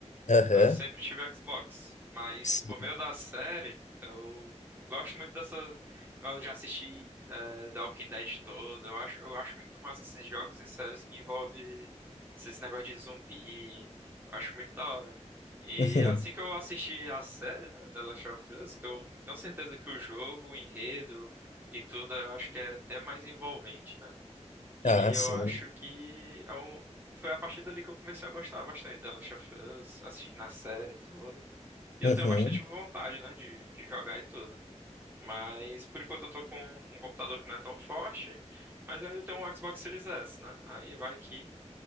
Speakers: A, on the left; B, on the right.
A: aham,
B: Eu sempre tive Xbox, mas
A: sim.
B: por meio da
A: <laughs>
B: série, eu gosto muito dessa. Eu já assisti é, The Walking Dead todo. Eu acho, eu acho muito massa esses jogos e séries que envolvem esses negócios de zumbi. Eu acho muito da hora. E
A: Uhum.
B: assim que eu assisti a série, né, The Last of Us, que eu tenho certeza que o jogo, o enredo e tudo, eu acho que é até mais envolvente, né? E
A: Ah,
B: eu
A: sim.
B: acho que é um- foi a partir dali que eu comecei a gostar bastante da Last of Us, assistindo a série e tudo. E
A: Uhum.
B: eu tenho bastante vontade, né, de, de jogar e tudo. Mas por enquanto eu tô com um computador que não é tão forte, mas aí eu tenho um Xbox Series S, né? Aí vai que.